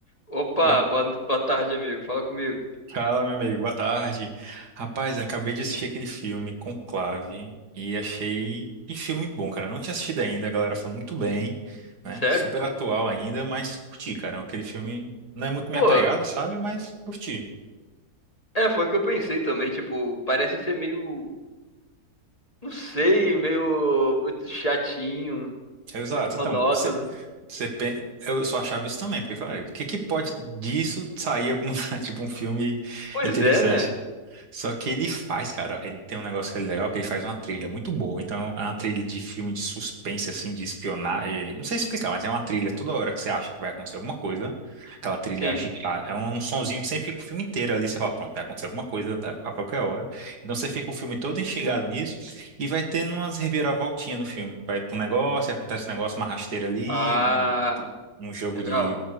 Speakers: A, on the left; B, on the right.
A: Opa,
B: Ah,
A: boa, boa tarde, amigo. Fala comigo.
B: Fala, meu amigo, boa tarde. Rapaz, acabei de assistir aquele filme Conclave e achei que filme bom, cara. Não tinha assistido ainda, a galera falou muito bem, né?
A: Sério?
B: Super atual ainda, mas curti, cara. Aquele filme não é muito minha
A: Pô,
B: pegada, sabe? Mas curti.
A: é, foi o que eu pensei também, tipo, parece ser meio, não sei, meio muito chatinho,
B: Exato.
A: muito monótono.
B: Então, você, você, pen- eu só achava isso também, porque eu falei, "Ah, o que que pode disso sair alguma, <laughs> tipo um filme
A: Pois
B: interessante?
A: é, né?
B: Só que ele faz, cara, ele tem um negócio que é legal, que ele faz uma trilha muito boa. Então, é uma trilha de filme de suspense, assim, de espionagem. Não sei explicar, mas é uma trilha toda hora que você acha que vai acontecer alguma coisa. Aquela trilha
A: Sim.
B: agitada. É um sonzinho que sempre fica o filme inteiro ali. Você fala, pronto, vai acontecer alguma coisa da- a qualquer hora. Então, você fica o filme todo instigado nisso. E vai tendo umas reviravoltinhas no filme. Vai pro negócio, aí acontece um negócio, uma rasteira ali,
A: Ah,
B: um, um jogo
A: legal.
B: de